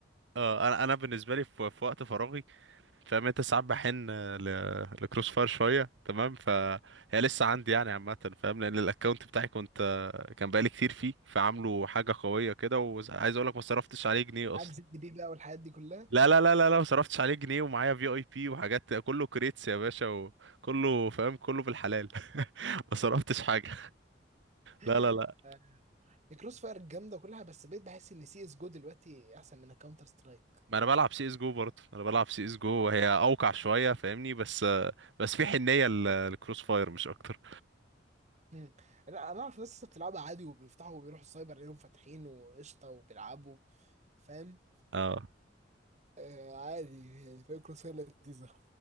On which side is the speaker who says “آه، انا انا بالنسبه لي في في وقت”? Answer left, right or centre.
Right